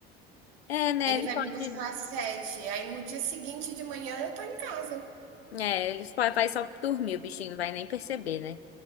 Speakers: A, on the left; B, on the right.
A: É, né?
B: ele
A: Ele
B: vai
A: pode.
B: me buscar às sete, aí no dia seguinte de manhã eu tô em casa.
A: É, ele só vai só dormir, o bichinho não vai nem perceber, né?